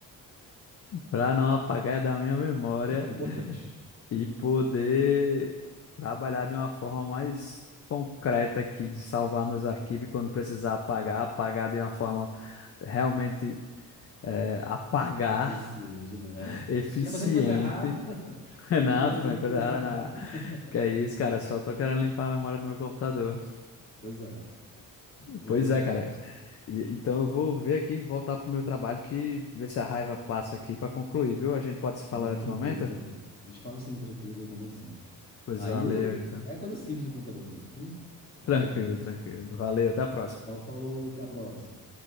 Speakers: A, on the left; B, on the left.
A: <laughs> para não apagar da minha memória
B: É importante.
A: e poder trabalhar de uma forma mais concreta aqui de salvar meus arquivos e quando precisar apagar, apagar de uma forma realmente é, apagar,
B: É Eficiente, né?
A: <laughs>
B: É.
A: eficiente.
B: Se estiver fazendo coisa errada, <laughs>
A: <laughs>
B: se estiver
A: Não, tô
B: fazendo
A: falando coisa
B: coisa
A: errada,
B: errada,
A: não.
B: <laughs>
A: Que é isso, cara? Só tô querendo limpar a memória do meu computador.
B: pois é, não
A: Pois
B: deixa
A: é, cara.
B: rastros.
A: E- Então eu vou ver aqui, voltar pro meu trabalho, que ver se a raiva passa aqui para concluir, viu? A gente pode se falar
B: Não,
A: em outro
B: tranquilo,
A: momento?
B: tranquilo. A gente fala assim, tranquilo, no momento sim.
A: Pois
B: Aí
A: valeu, então.
B: é coisa simples no computador mesmo, viu? Então
A: Tranquilo,
B: tá bom.
A: tranquilo. Valeu, até a próxima.
B: Então falou, até a próxima.